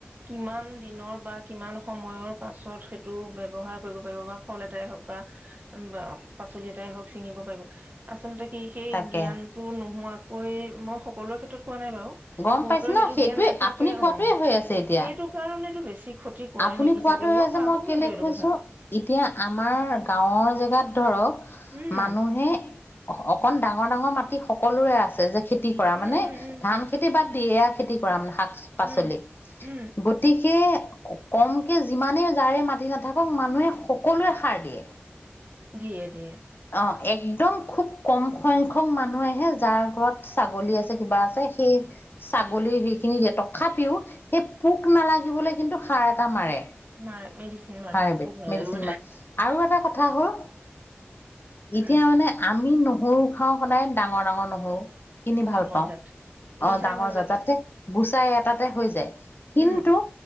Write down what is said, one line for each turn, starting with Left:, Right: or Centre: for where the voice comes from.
Right: কিমান দিনৰ বা কিমান সময়ৰ পাছত সেইটো ব্যৱহাৰ কৰিব পাৰিব বা ফল এটাই হওঁক বা <unintelligible> পাচলি এটাই হওঁক চিঙিব পাৰিব আচলতে কি সেই
Left: তাকে
Right: জ্ঞান টো নোহোৱাকৈ মই সকলোৰে ক্ষেত্ৰত কোৱা নাই বাৰু।
Left: গম
Right: বহুতৰ
Left: পাইছে ন
Right: সেইটো
Left: সেইটোৱে
Right: জ্ঞান নাথাকে
Left: আপুনি কোৱাটোৱে
Right: অ',
Left: হৈ আছে এতিয়া
Right: সেইটো কাৰণেটো বেছি ক্ষতি কৰে
Left: আপুনি
Right: নেকি
Left: কোৱাটোৱে
Right: চাগে মই
Left: যে
Right: ভাবো
Left: কেলে
Right: কিন্তু এইটো
Left: কৈছো
Right: কথা।
Left: এতিয়া আমাৰ গাঁৱৰ জেগাত ধৰক
Right: উম
Left: মানুহে অ', অকন ডাঙৰ ডাঙৰ মাটি সকলোৰে আছে যে -খেতি কৰা
Right: উম
Left: মানে
Right: উম উম
Left: ধান
Right: উম
Left: খেতি বাদ দি এইয়া খেতি কৰা মানে শাক-পাচলি
Right: উম উম
Left: গতিকে গতিকে কমকে যিমানেই জাৰে মাতি নাথাকক মানুহে সকলোৱে সাৰ দিয়ে।
Right: দিয়ে দিয়ে।
Left: অ' একদম খুব কম সংখ্যক মানুহে যাৰ ঘৰত ছাগলী আছে কিবা আছে সেই ছাগলী সেইখিনি দিয়ে তথাপিও সেই পোক নালাগিবলৈ কিন্তু সাৰ এটা মাৰে।
Right: মাৰে মেডিচিন মাৰে
Left: হাইভিধ
Right: অ পোক নালাগিব
Left: মেডিচিন মাৰে আৰু এটা কথা হ'ল। এতিয়া
Right: উম
Left: মানে আমি নহৰু খাওঁ সদায় ডাঙৰ ডাঙৰ নহৰু। কিনি ভাল
Right: ডাঙৰ
Left: পাওঁ
Right: জাত।
Left: অ'
Right: গুচাই
Left: ডাঙৰ
Right: ভাল
Left: জাত,
Right: লাগে
Left: যাতে গুচাই এটাতে হৈ যায় কিন্তু
Right: উম